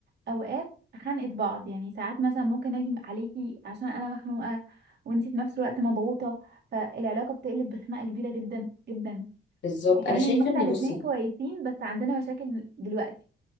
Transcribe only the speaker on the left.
بالظبط
انا شايفه
ان
بصي